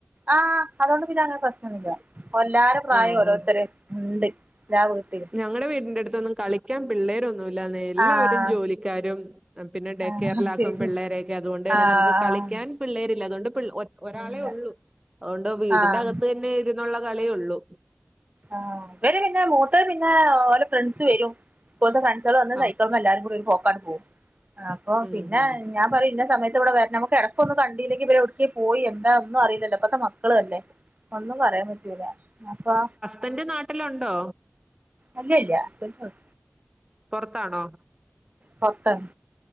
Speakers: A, on the right; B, on the right.
A: ആഹ അതോണ്ട് പിന്നെങ്ങനെ പ്രെശ്നൊന്നും ഇല്ല്യ എല്ലാര പ്രായോം
B: ആഹ്
A: ഓരോര്ത്തര്
B: ആഹ്
A: ണ്ട്. ഞാ വീട്ടില്.
B: ഞങ്ങടെ വീടിന്റെടുത്തൊന്നും കളിക്കാൻ പിള്ളേരൊന്നും ഇല്ലാന്നെ എല്ലാവരും
A: ആഹ്
B: ജോലിക്കാരും. പിന്നെ ഡെകേയർലാകും
A: ആഹ് ശരി
B: പിള്ളേരെയൊക്കെ
A: ആഹ്
B: അത്കൊണ്ടെന്നെ
A: ആഹ്
B: നമുക്ക് കളിക്കാൻ. പിള്ളേരില്ല അതോണ്ട് പ്ൾ ഒറ്റ് ഒരാളെഒള്ളു
A: അല്ല
B: അതോണ്ട് വീടിന്റെ
A: ആഹ്
B: അകത്തെന്നെഇര്.. ന്നുള്ള കളിയെഒള്ളൂ.
A: ആഹ ഇവര് പിന്നെ മൂത്തത് പിന്നെ ഒലെ ഫ്രണ്ട്സ് വെരും. സ്‌കൂൾത ഫ്രണ്ട്സാള് വന്ന
B: ആഹ്
A: സൈക്കൾമ എല്ലാരുംകൂടി ഒര് പോകാണ്ട്പോകും. അപ്പം
B: ഉം
A: പിന്നെ
B: ഉം
A: ഹ് ഞാൻപറിം ഇന്ന സമയത്ത് വ്ടെവര്നം. തെരക്കൊന്നും കണ്ടീലെങ്കി ഇവരോട്ക്കിയേ പോയി എന്താ ഒന്നും അറീല്ലല്ലോ ഇപത്തെ മക്കളേല്ലേ. ഒന്നും പറയാൻപറ്റൂല ഇങ്ങക്കോ
B: തന്റെ നാട്ടിലൊണ്ടോ.
A: അല്യേ ഇല്യ <unintelligible>
B: പൊറത്താണോ.
A: പത്ത്